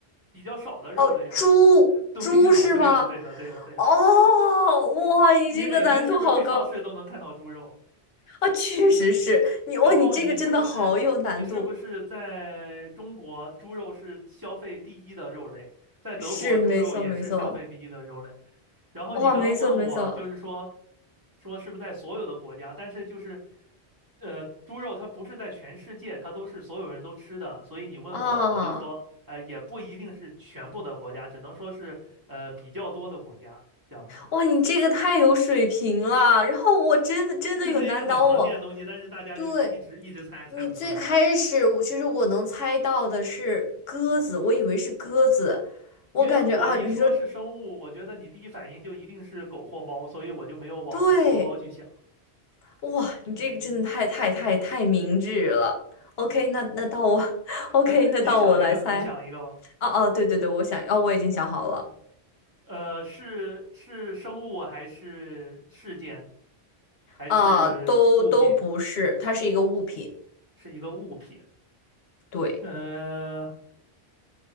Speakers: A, on the right; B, on the left.
A: 比较少的肉类啊？
B: 哦，猪猪是吗？
A: <laughs> 对了，对了，对了，对了，对了，
B: 哦，哇，你这个难度好高。
A: 你每天是不是去超市都能看到猪肉？
B: 啊，确实是你哇，
A: 然后你是不是你是不是在中国猪肉是消费第一的肉类，
B: 你这个真的好有难度，
A: 在德国猪肉也是消费第一的肉类。
B: 是没错没错，
A: 然后你刚刚问我就是说
B: 哇，没错没错
A: 说是不是在所有的国家，但是就是呃猪肉它不是在全世界，它都是所有人都吃的，所以你问我我就说呃也不一定是全部的国家，
B: 啊，
A: 只能说是呃比较多的国家这样子，
B: 哇，你这个太有水平了，然后我真的真的有难倒我，
A: 就是一个很常见的东西，但是大家就是一直一直猜猜不出来。
B: 对你最开始我其实我能猜到的是鸽子，我以为是鸽子，我感觉啊，
A: 因为我一说是生物，
B: 你说
A: 我觉得你第一反应就一定是狗或猫，所以我就没有往狗或猫去想。
B: 对，哇，你这个真的太太太太明智了，OK，那那到我 <laughs>，OK，
A: <laughs>
B: 那到我来猜，
A: 你想一个，你想一个吧。
B: 哦、哦、对对对，我想，哦，我已经想好了。
A: 呃，是是生物还是事件，还是物品？
B: 呃，都都不是，它是一个物品，
A: 是一个物品。
B: 对，
A: 呃